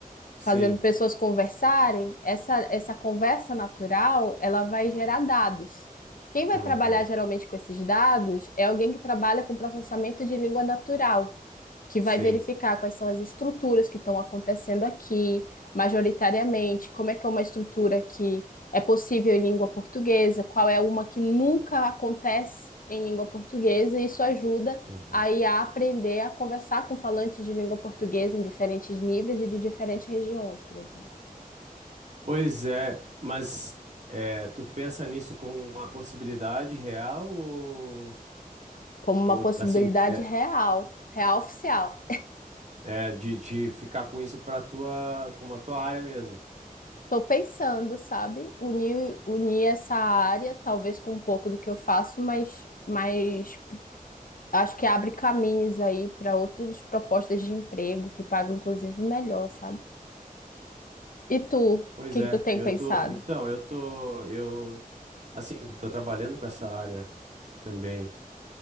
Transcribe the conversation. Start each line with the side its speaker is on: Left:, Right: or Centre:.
Right: Sim.
Left: Fazendo pessoas conversarem, essa, essa conversa natural, ela vai gerar dados. Quem vai
Right: Uhum.
Left: trabalhar geralmente com esses dados é alguém que trabalha com processamento de língua natural que vai
Right: Sim.
Left: verificar quais são as estruturas que estão acontecendo aqui, majoritariamente, como é que é uma estrutura que é possível em língua portuguesa, qual é uma que nunca acontece em língua portuguesa, e isso ajuda
Right: Uhum.
Left: a IA a aprender a conversar com falantes de língua portuguesa em diferentes níveis e de diferentes regiões, por exemplo,
Right: Pois é, mas é, tu pensa nisso como uma possibilidade real ou,
Left: como uma
Right: ou
Left: possibilidade
Right: assim, é,
Left: real, real oficial.
Right: é, de, de ficar com isso para tua, como a tua área mesmo?
Left: Estou pensando, sabe, unir, unir essa área, talvez com um pouco do que eu faço, mas mais acho que abre caminhos aí para outras propostas de emprego que pagam inclusive melhor, sabe? E tu, o
Right: Pois
Left: que
Right: é,
Left: que tu tem
Right: eu
Left: pensado?
Right: tô, então, eu tô, eu, assim, tô trabalhando com essa área também